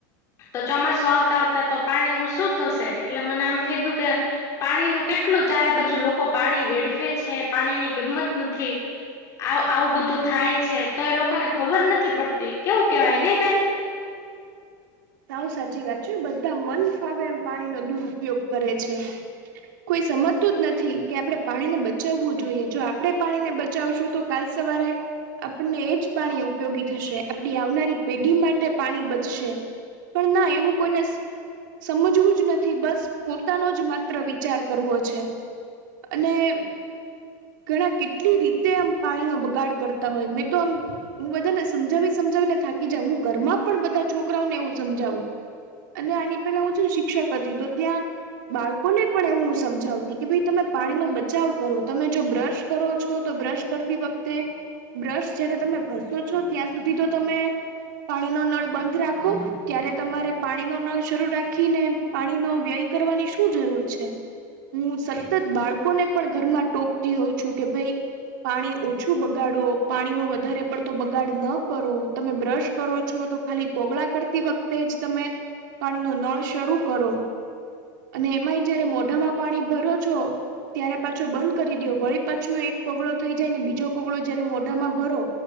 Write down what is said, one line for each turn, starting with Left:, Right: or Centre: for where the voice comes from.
Left: તો ચોમાસું આવતા આવતા તો પાણી નું શું થશે એટલે મને આમ થઈ ગયું કે પાણીનુંું કેટલું ચારે બાજુ લોકો પાણી વેઢવે છે પાણીની કિંમત નથી આવું બધું થાય છે તો એ લોકોને ખબર નથી પડતી કેવું કેવાય નહી બેન
Right: આવ સાચી વાત છે બધા મન ફાવે એમ પાણીનો દુરપયોગ કરે છે કોઈ સમજતું જ નથી કે આપડણે પાણીને બચાવવું જોઈએ જો આપડણે પાણીને બચાવશું તો કાલ સવારે આપણને એ જ પાણી ઉપયોગી થશે આપડી આવનારી પેઢી માટે પાણી બચશે. પણ ના એવું કોઈને સમજવું જ નથી બસ પોતાનો જ માત્ર વિચાર કરવો છે. અને. ઘણા કેટલી રીતે આમ પાણીનો બગાડ કરતા હોય મેં તો આમ. હું બધાને સમજાવી સમજાવીને થાકી જાય હું ઘરમાં પણ બધા છોકરાઓને એવું સમજાવું. અને આની પેલા હું શિક્ષક હતી તો ત્યાં બાળકોને પણ એવું સમજાવતી કે ભાઈ તમે પાણીનો બચાવ કરો તમે જો બ્રશ કરો છો તો બ્રશ કરતી વખતે બ્રશ જયારે તમે ઘસો છો ત્યાં સુધી તો તમે પાણીનો નળ બંધ રાખો. ત્યારે તમારે પાણીનો નળ શરૂ રાખીને પાણીનો વ્યય કરવાની શું જરૂર છે. હું સતત બાળકોને પણ ઘરમાં ટોકતી હોઉ છું કે ભઈ. પાણી ઓછું બગાડો પાણીનું વધારે પડતો બગાડ ન કરો તમે બ્રશ કરો છો તો ખાલી કોગળા કરતી વખતે જ તમે પાણીનો નળ શરૂ કરો. અને એમાંય જયારે મોઢામાં પાણી ભરો છો. ત્યારે પાછો બંધ કરી દયો વળી પાછું એક કોગળો થઈ જાય ને બીજો કોગળો જયારે મોઢામાં ભરો.